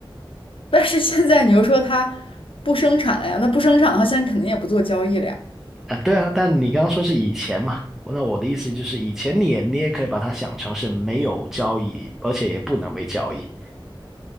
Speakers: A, on the left; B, in the centre.
A: 但是现在你又说它不生产了呀，那不生产的话，现在肯定也不做交易了呀。
B: 啊，对啊，但你刚刚说是以前嘛，那我的意思就是以前你也你也可以把它想成是没有交易，而且也不能被交易。